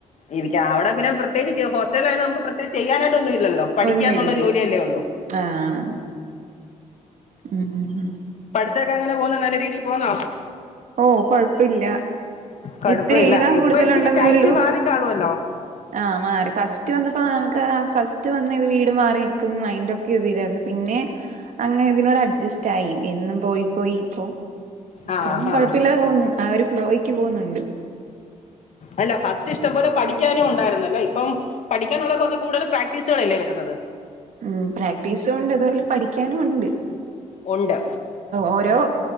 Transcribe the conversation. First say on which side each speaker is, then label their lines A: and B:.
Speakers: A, on the left; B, on the right.
A: ഇരിക്ക അവിടെ പിന്നെ പ്രത്യേകിച്ച് ഹോസ്റ്റല ആ നമുക്ക് പ്രത്യേകിച്ച് ചെയ്യാനായിട്ട്ന്നും ഇല്ലല്ലോ പഠിക്കാന്നുള്ള
B: ഒന്നും ഇല്ലല്ലേ
A: ജോലിയല്ലേ ഉള്ളു
B: ആഹ് ഉം
A: അത്തേക്ക് അങ്ങനെ പോക നല്ല രീതിൽ പോന്നോ
B: ഓ കൊഴപ്പില്ല
A: കുഴപ്പമില്ല
B: ഇത്ര എഴുതാൻ കൂടുതല
A: ഇപ്പൊ ഇച്ചിരി
B: ഉണ്ടെന്നേ
A: ടൈറ്റ്
B: ഉള്ളൂ
A: മാറി കാണുവല്ലോ
B: ആ മാറി ഫസ്റ്റ് വന്നപ്പോ ഇപ്പൊ ഞങ്ങക്ഫസ്റ്റ് വീട് മാറി നിക്കും അയിന്റെഒക്കെ ഇതിയിലായിരുന്നു പിന്നെ അങ്ങനെ ഇതിനോട് അഡ്ജസ്റ്റ് ആയി എന്നും പോയി പോയി ഇപ്പോ ഇപ്പം
A: ആഹ്
B: കുഴപ്പമില്ലാതെ
A: ആഹ്
B: പോകുന്നു ആ ഒരു ഫ്ലോയ്ക്ക് പോകുന്നുണ്ട്
A: അല്ല ഫസ്റ്റ് ഇഷ്ടംപലെ പഠിക്കാനും ഉണ്ടായിരുന്നല്ലോ ഇപ്പം പഠിക്കാനുള്ള കുറ കൂടുതൽ പ്രാക്ടീസുകളൾല്ലേ വരുന്നത്
B: ഉം പ്രാക്ടീസും ഉണ്ട് അതുപോലെ പഠിക്കാനും ഉണ്ട്
A: ഉണ്ട്
B: ഓരോ